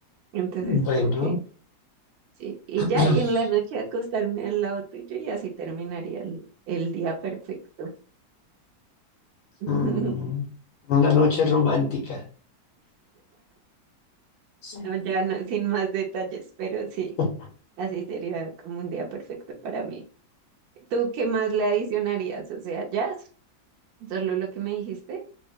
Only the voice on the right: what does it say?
Entonces
creo que sí. Y
ya, y en la noche acostarme al lado tuyo y así terminaría el, el día perfecto. <laughs>
No, ya no, sin más detalles, pero sí,
así sería como un día perfecto para mí. ¿Tú qué más le adicionarías? O sea, ya, solo lo que me dijiste.